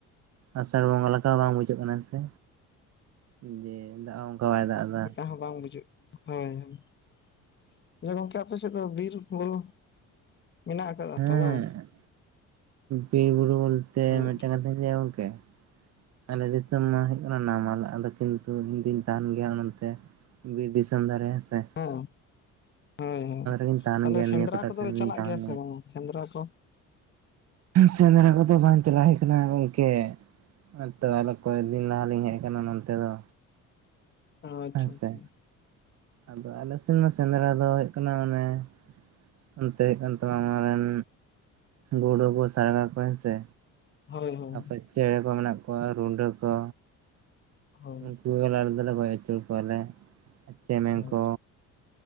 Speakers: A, on the right; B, on the left.
A: ᱟᱥᱟᱲ ᱵᱚᱸᱜᱟ ᱞᱮᱠᱟ ᱵᱟᱝ ᱵᱩᱡᱷᱟᱹᱜ ᱠᱟᱱᱟ ᱥᱮ ᱡᱮ ᱫᱟᱜ ᱦᱚᱸ ᱚᱱᱠᱟ ᱵᱟᱭ ᱫᱟᱜ ᱮᱫᱟ
B: ᱪᱮᱫ ᱦᱚᱸ ᱵᱟᱝ ᱵᱩᱡᱷᱟᱹᱜ ᱦᱳᱭ ᱮ ᱜᱚᱢᱠᱮ ᱟᱯᱮ ᱥᱮ ᱫᱚ ᱵᱤᱨ ᱵᱩᱨᱩ ᱢᱮᱱᱟᱜ ᱟᱠᱟᱫᱟ
A: ᱦᱮᱸ
B: ᱛᱚ ᱵᱟᱝ
A: ᱵᱤᱨ ᱵᱩᱨᱩ ᱵᱚᱞᱛᱮ
B: ᱦᱳᱭ
A: ᱢᱤᱫᱴᱮᱱ
B: ᱛᱚ
A: ᱠᱟᱛᱷᱟᱹᱧ ᱞᱟᱹᱭᱟ ᱜᱚᱝᱠᱮ ᱟᱞᱮ ᱫᱤᱥᱚᱢ ᱢᱟ ᱦᱩᱭᱩᱜ ᱠᱟᱱᱟ ᱱᱟᱢᱟᱞ ᱫᱚ ᱠᱤᱱᱛᱩ ᱤᱧᱫᱩᱧ ᱛᱟᱦᱮᱱ ᱜᱮᱭᱟ ᱚᱱᱟᱛᱮ ᱵᱤᱨ ᱫᱤᱥᱚᱢ ᱫᱷᱟᱨᱮ ᱦᱮᱸ ᱥᱮ
B: ᱦᱮᱸ ᱦᱚᱭ ᱦᱚᱭ
A: ᱜᱤᱧ ᱛᱟᱦᱮᱱ
B: ᱛᱟᱦᱚᱞᱮ
A: ᱜᱮᱭᱟ ᱱᱤᱭᱟᱹ
B: ᱥᱮᱸᱫᱽᱨᱟ
A: ᱠᱚᱴᱟ
B: ᱠᱚᱫᱚ
A: ᱫᱤᱱ
B: ᱞᱮ
A: ᱫᱩᱧ
B: ᱪᱟᱞᱟᱜ
A: ᱛᱟᱦᱮᱱ
B: ᱜᱮᱭᱟ ᱥᱮ ᱵᱟᱝ ᱟ ᱥᱮᱸᱫᱽᱨᱟ ᱠᱚ
A: ᱥᱮᱸᱫᱽᱨᱟ ᱠᱚᱫᱚ ᱵᱟᱝ ᱪᱟᱞᱟᱣ ᱦᱩᱭ ᱠᱟᱱᱟ ᱜᱚᱝᱠᱮ ᱦᱮᱸ ᱛᱚ ᱟᱫᱚ ᱠᱚᱭ <unintelligible> ᱫᱤᱱ ᱞᱟᱦᱟ ᱞᱤᱧ ᱦᱮᱡ ᱠᱟᱱᱟ ᱱᱚᱱᱛᱮ ᱫᱚ
B: ᱟᱪᱪᱷᱟ
A: ᱦᱮᱸ ᱥᱮ
B: ᱟᱪᱪᱷᱟ
A: ᱟᱫᱚ ᱟᱞᱮ ᱥᱮᱱ ᱢᱟ ᱥᱮᱸᱫᱽᱨᱟ ᱫᱚ ᱦᱩᱭᱩᱜ ᱠᱟᱱᱟ ᱚᱱᱮ <unintelligible> ᱚᱱᱛᱮ ᱦᱩᱭᱩᱜ ᱠᱟᱱ ᱛᱟᱢᱟ ᱟᱢ ᱨᱮᱱ ᱜᱩᱰᱩ ᱠᱚ ᱥᱟᱨᱜᱟ ᱠᱚ ᱦᱮᱸ ᱥᱮ
B: ᱦᱳᱭ ᱦᱳᱭ
A: ᱟᱯᱮ ᱪᱮᱬᱮ ᱠᱚ ᱢᱮᱱᱟᱜ ᱠᱚᱣᱟ ᱨᱩᱸᱰᱟᱹ ᱠᱚ
B: ᱦᱳᱭ
A: ᱱᱩᱠᱩ ᱜᱮᱞᱮ ᱟᱞᱮ ᱫᱚᱞᱮ ᱜᱚᱡ ᱟᱹᱪᱩᱨ ᱠᱚᱣᱟ ᱞᱮ ᱪᱮᱢᱮᱝ
B: ᱦᱳᱭ
A: ᱠᱚ